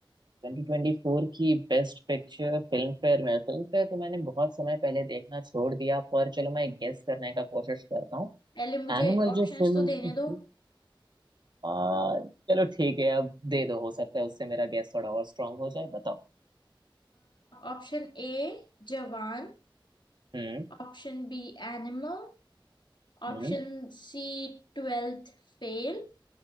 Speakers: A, on the right (about 55°); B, on the left (about 60°).
A: ट्वेंटी फोर की बेस्ट पिक्चर फिल्म फेयर में फिल्म फेयर तो मैंने बहुत समय पहले देखना छोड़ दिया पर चलो मैं गेस करने का कोशिश करता हूँ
B: पहले मुझे
A: एनिमल
B: ऑप्शंस
A: जो फिल्म
B: तो देने
A: थी
B: दो
A: आ, चलो ठीक है अब दे दो हो सकता है उससे मेरा गेस थोड़ा और स्ट्रांग हो जाए बताओ
B: Option A Jawan
A: हम्म
B: option B Animal option
A: हम्म
B: C Twelfth Fail